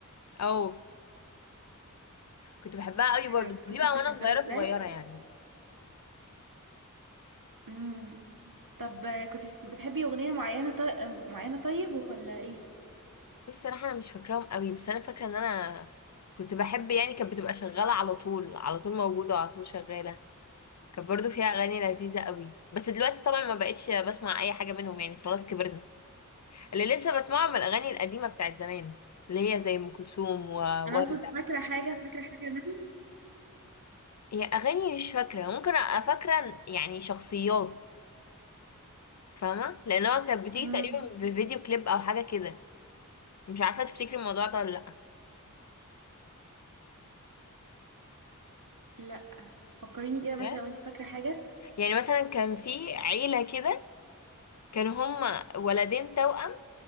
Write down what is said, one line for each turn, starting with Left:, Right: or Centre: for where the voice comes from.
Left: أو كنت بحبها قوي
Right: ايوه
Left: برضو بس دي
Right: بس
Left: بقى
Right: افتكرتها
Left: وأنا صغيرة
Right: ازاي
Left: صغيرة يعني
Right: امم طب آه، كنت بتس- بتحبي اغنية معينة طي... معينة طيب ولا ايه
Left: بص صراحة أنا مش فاكراهم قوي بس أنا فاكرة إن أنا كنت بحب يعني كانت بتبقى شغالة على طول على طول موجودة وعلى طول شغالة كانت برضو فيها أغاني لذيذة قوي بس دلوقتي طبعا ما بقتش بسمع أي حاجة منهم يعني خلاص كبرنا اللي لسه بسمعه من الأغاني القديمة بتاعت زمان اللي هي زي أم كلثوم ووردة
Right: انا اقصد فاكرة حاجة فاكرة حاجة منهم
Left: هي أغاني مش فاكرة ممكن أبقى فاكرة يعني شخصيات فاهمة لأن هو كانت بتيجي
Right: امم
Left: تقريبا بفيديو كليب أو حاجة كده مش عارفة تفتكري الموضوع ده ولا لأ
Right: لا فكريني
Left: فاكراه
Right: كده مثلا لو انت فاكرة حاجة
Left: يعني مثلا كان في عيلة كده كانوا هما ولدين توأم